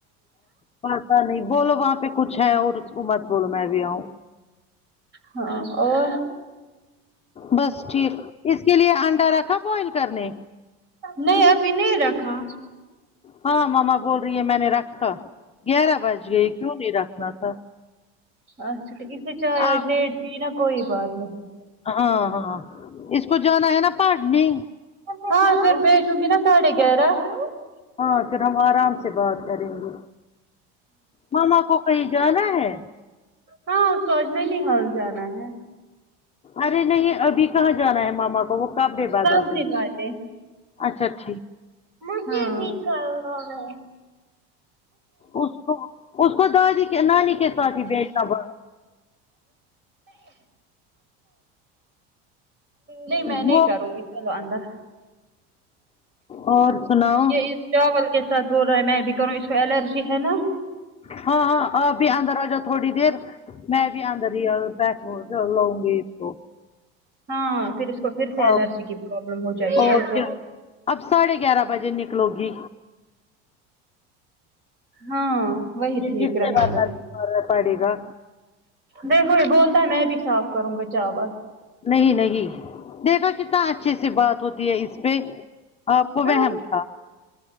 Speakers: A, on the left; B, on the right.
A: پتہ نہیں بولو وہاں پہ کچھ ہے اور اس کو مت بولو میں بھی آؤ
B: ہاں اور
A: بس ٹھیک اس کے لیے انڈا رکھا بوئل کرنے
B: نہیں ابھی نہیں رکھا
A: ہاں ماما بول رہی ہے میں نے رکھا گیارہ بج گئی کیوں نہیں رکھنا تھا
B: اچھا تو اسے چاے
A: آپ
B: آج لیٹ بھی نا کوئی بات نہیں
A: ہاں ہاں اس کو جانا ہے نا پہاڑنی
B: ہاں پھر بھیچوں گی نا ساڑھے گیارہ ہاں
A: ہاں پھر ہم آرام سے بات کریں گے ماما کو کہیں جانا ہے
B: ہاں توو اجم نہیں حال جانا ہے
A: ارے نہیں ابھی کہاں جانا ہے ماما وہ کابے
B: سبزی
A: بادل گئی
B: لانے
A: اچھا ٹھیک
B: ہمم مجھے بھی کرنا ہے
A: اس کو اس کو دادی نانی کے ساتھ ہی بیٹھا بس
B: نہیں میں نہیں
A: وہ
B: کروں گی چلو اندر
A: اور سناؤ
B: یہ اس چاول کے ساتھ بول رہا ہے میں بھی کروں اس کو الرجی ہے نا
A: ہاں ہاں آ بی اندر آجا تھوڑی دیر میں بھی آندر ہی بیٹھ لوں گی اس کو
B: ہاں پھر تو پھر سے الرجی
A: آپ
B: کی پرابلم ہو جائے
A: اور
B: گی
A: کیا اب ساڑھے گیارہ بجے نکلو گی
B: ہاں وہی
A: یہ
B: ٹھیک
A: کس سے
B: رہے
A: کرنا
B: گا
A: مار پڑے گا
B: دیکھو یہ بولتا میں بھی صاف کروں گا چاول
A: نہیں نہیں دیکھا کتنا اچھے سے بات ہوتی ہے اس پہ آپ کو
B: ہاں
A: وہم تھا